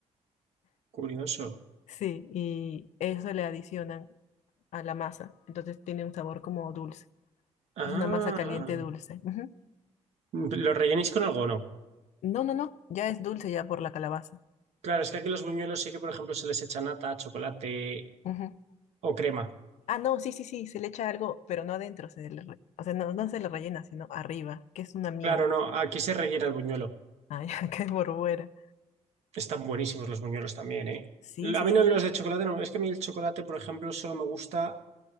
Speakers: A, on the right; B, on the left.
A: Curioso.
B: Sí, y eso le adicionan a la masa, entonces tiene un sabor como dulce.
A: Ah,
B: Es una masa caliente dulce. Ujú.
A: ¿lo rellenéis con algo o no?
B: No, no, no, ya es dulce ya por la calabaza.
A: Claro, es que aquí los buñuelos sí que, por ejemplo, se les echa nata, chocolate
B: Ujú.
A: o crema.
B: Ah, no, sí, sí, sí, se le echa algo, pero no adentro, se le re- o sea, no, no se le rellena, sino arriba, que es una miel.
A: Claro, no, aquí se rellena el buñuelo.
B: Ay, qué <laughs> borbuera.
A: Están buenísimos los buñuelos también, ¿eh?
B: Sí, sí,
A: A mí
B: sí,
A: no
B: sí.
A: los de chocolate, no. Es que a mí el chocolate, por ejemplo, solo me gusta